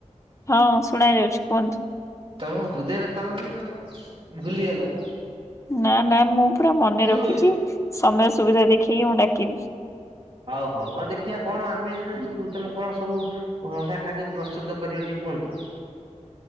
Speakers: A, on the left; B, on the right.
A: ହଁ ଶୁଣା ଯାଉଛି କୁହନ୍ତୁ।
B: ତମେ ମୋ ହୃଦୟରେ ସ୍ଥାନ ଦେଇଛି ତମେ ଭୁଲିଗଲ।
A: ନା ନା ମୁଁ ପୁରା ମନେ
B: ଶୁଣୁ
A: ରଖିଛି ସମୟ ସୁବିଧା ଦେଖିକି ମୁଁ ଡାକିବି।
B: ହଉ ହଉ ହଉ ଦେଖିବା କଣ ଆମେ ଯେତେବେଳେ ଯିବୁ ତମେ କଣ ସବୁ। କଣ ଟା ଖାଦ୍ୟ ପ୍ରସ୍ତୁତ କରିବେ ଟିକେ କୁହନ୍ତୁ।